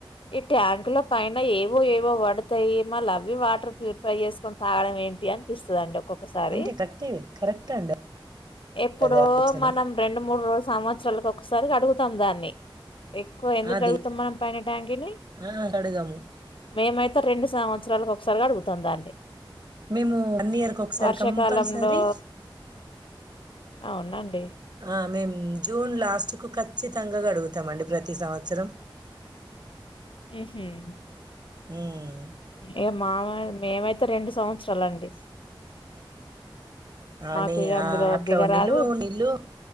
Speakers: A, on the left; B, on the right.
A: ఈ ట్యాంకు ల పైన ఏవో ఏవో వడతయి మళ్ళవి వాటర్ ప్యూరిఫై చేసుకొన్ తాగడం ఏంటి అనిపిస్తుందండ్ ఒక్కొక్ ఒక్కసారి
B: అంతే కరెక్టే కరెక్ట్ అండి
A: ఎప్పుడో
B: అది ఆలోచన
A: మనం రెండు మూడ్ రో సంవత్సరాలకొక్కసారి కడుగుతాం దాన్ని ఎక్కువ ఎందుక్
B: అది
A: గడుగుతాం మనం పైన ట్యాంకీని
B: ఆ అడగము
A: మేమైతే రెండు సంవత్సరాలక్ ఒకసారి కడుగుతం దాన్ని
B: మేము వన్ ఇయర్ కొక్కసారి
A: వర్షాకాలంలో
B: కంపల్సరీ
A: అవునండి
B: ఆ మేం జూన్ లాస్ట్ కు ఖచ్చితంగా కడుగుతామండి ప్రతి సంవత్సరం
A: ఉహుమ్
B: ఉమ్మ్
A: ఏ మావై మేమైతే రెండు సంవత్సరాలండి
B: ఆని
A: మాకు ఇగ అందులో
B: ఆ అట్లా
A: దిగరాదు
B: నిల్వవు నిల్లు